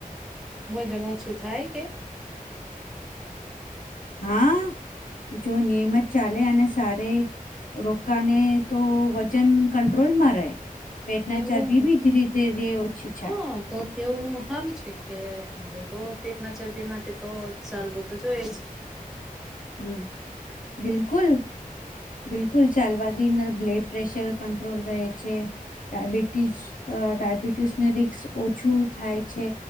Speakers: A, in the centre; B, on the left.
A: હું જમું છું થાય કે
B: હા જો નિયમત ચાલે અને સારે રોકાને તો વજન કંટ્રોલમાં રહે પેટના
A: એવું
B: ચરબીબી ધીરે ધીરે ઓછી થાય.
A: હા તો તેવું હ છે કે હાવે તો પેટમાં ચરબિયા માટે તો ચાલવું તો જોઈજ
B: હમ બિલકુલ બિલકુલ ચાલવાથી ના બ્લડ પ્રેશર ક ડબિ ડાયાબિટીસને રિકસ ઓછું થાય છે